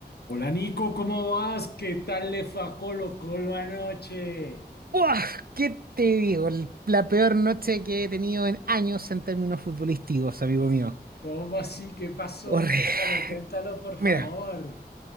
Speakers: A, on the left; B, on the right.
A: Hola Nico, ¿cómo vas? ¿Qué tal le fue a Colo Colo anoche?
B: ¡Buah! ¿Qué te digo? El- La peor noche que he tenido en años en términos futbolísticos, amigo mío.
A: ¿Cómo así? ¿Qué pasó?
B: Horrible.
A: Cuéntalo, cuéntalo, por favor.
B: Mira,